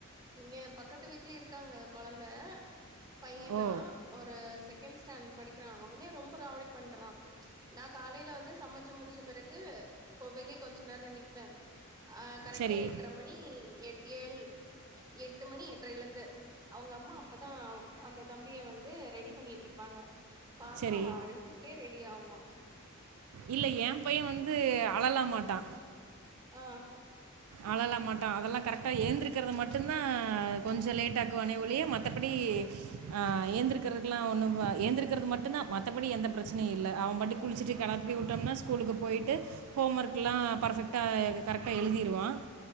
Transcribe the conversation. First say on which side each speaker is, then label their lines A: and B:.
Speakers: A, on the right; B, on the right.
A: இங்க பக்கத்து வீட்லய இருக்காங்க கொழந்த ஆமா
B: ஓ!
A: ஆமா சான் படிக்கிறா அவனே ரொம்ப ராவடி பண்றா நா காலையில வந்து சமைச்சி முடிச்ச பிறகு கோ வெளிய கொஞ்ச நேர நிப்பே ஆ கரெக்டா
B: சரி,
A: எட்ர மணி எட் ஏழ் எட்டு மணி எட்டையில இருந்து எட்டு மணி எட்ரைலயிருந்து அவுங்க அம்மா அப்பதா அந்த தம்பிய வந்து ரெடி பண்ணிட்ற்ருப்பாங்க பாத்தா
B: சரி.
A: அவ அழுதுக்ட்டே ரெ டியாவா
B: இல்ல ஏ பைய வந் து அளலாமாட்டா
A: ஆ
B: அழலா மாட்டா அதெல்லா கரெக்ட் டா ஏந்திக்றது மட்டுந்தா கொஞ்சோ லேட்டாக்குவானே ஒலிய மத்தபடி ஆ ஏந்திருக் கிறக்கலா ஒன்னு பா ஏந்திக்கிறது மட்டுந்தா மத்தபடி எந்த பிரச்சனையு இல்ல அவ பாட்டுக்கு குளிச்சுட்டு கெளப்பி வுட்டோம்னா ஸ்கூலு போயிட்டு ஹோம் ஒர்க் எல்லா பர்ஃபெக்டா கரெக்டா எலுதிடுவா